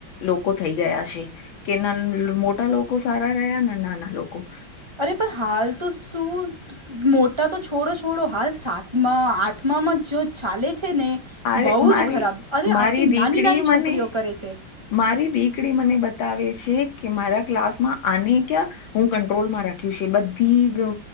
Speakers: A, on the left (about 70°); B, on the right (about 15°).
A: લોકો થઈ ગયા છે કેનાલ મોટા લોકો સારા રહ્યા ને નાના લોકો
B: અરે પણ હાલ તો શું મોટા તો છોડો છોડો હાલ સાતમાં આઠમામાં જો ચાલે છે ને
A: અરે
B: બઉ
A: મારી
B: જ ખરાબ અરે
A: મારી
B: આટલી
A: દીકરી
B: નાની નાની
A: મને
B: છોકરીઓ કરે છે.
A: મારી દીકરી મને બતાવે છે કે મારા ક્લાસમાં આને ક્યા હું કંટ્રોલમાં રાખ્યું છે બધી